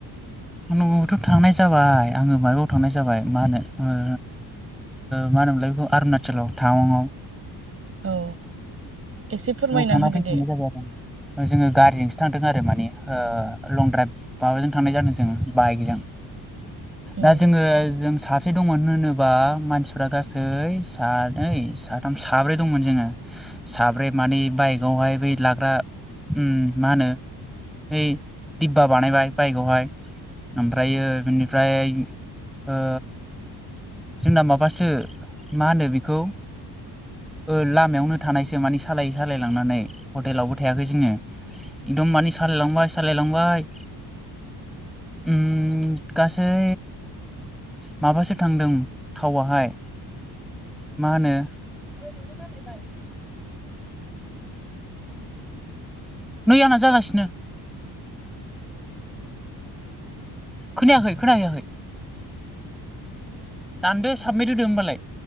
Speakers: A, in the centre; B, on the right.
A: न'आव बोथ' थांनाय जाबाय आङो माबायाव थांनाय जाबाय मा होनो ओ मा होनोमोनलाय बेखौ अरुणाचलाव टाउंआव
B: औ एसे फोरमायना
A: बेयाव थांना
B: होदो
A: फैफिननाय
B: दे
A: जाबाय आरो जोङो गारिजोंसो थांदों आरो माने ओ लं द्राइभ माबाजों थांनाय जादों जोङो बाइकजों
B: उम
A: दा जोङो जों सा से दंमोन होनोबा मानसिफ्रा गासै सानै साथाम साब्रै दंमोन जोङो साब्रै माने बाइकआवहाय बै लाग्रा उम मा होनो? ऐ दिब्बा बानायबाय बाइकआव हाय ओमफ्रायो बिनिफ्राय ओ जोंना माबासो मा होनो बेखौ ओ लामायावनो थानायसो मानि सालायै सालायलांनानै हटेलावबो थायाखै जोङो एकदम माने सालाय लांबाय सालाय लांबाय उम गासै माबासो थांदों थावाहाय मा होनो ओइ मानो गारलायबाय नै आंना जागासिनो खोनायाखै खोनाहैयाखै दानदो साबमिट होदो होमबालाय